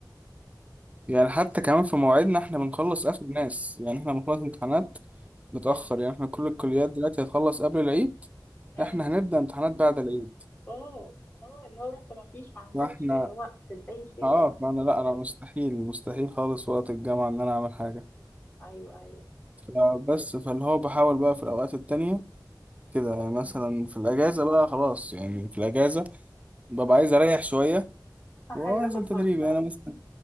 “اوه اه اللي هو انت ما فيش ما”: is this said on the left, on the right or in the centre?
Left